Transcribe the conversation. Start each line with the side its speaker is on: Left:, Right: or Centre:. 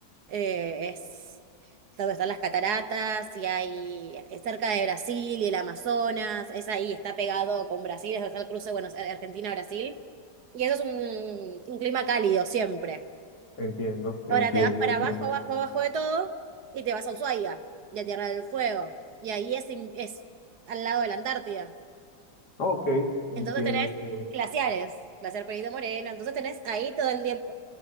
Right: Eh, es donde están las cataratas y hay es cerca de Brasil y el Amazonas, es ahí, está pegado con Brasil, es donde está el cruce, bueno, Argentina-Brasil. Y eso es un, un clima cálido siempre.
Left: Entiendo, entiendo,
Right: Ahora te vas para
Left: entiendo.
Right: abajo, abajo, abajo de todo y te vas a Ushuaia y a Tierra del Fuego. Y ahí es, in- es al lado de la Antártida.
Left: Ok, entiendo,
Right: Entonces tenés
Left: entiendo.
Right: glaciares, glaciar Perito Moreno. Entonces tenés ahí todo el tiempo.